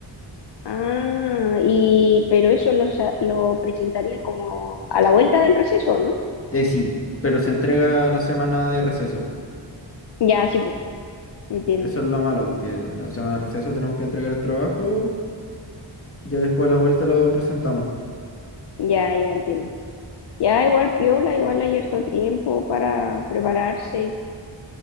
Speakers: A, on the left (about 70°); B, on the left (about 30°).
A: Ah, y pero eso lo, sa- lo presentarían como a la vuelta del receso, ¿no?
B: Eh, sí, pero se entrega la semana de receso.
A: Ya, sí, po, entiendo.
B: Eso es lo malo, porque en la semana de receso tenemos que entregar el trabajo, ya después de la vuelta lo presentamos.
A: Ya, ya entiendo. Ya igual piola, igual hay harto tiempo para prepararse.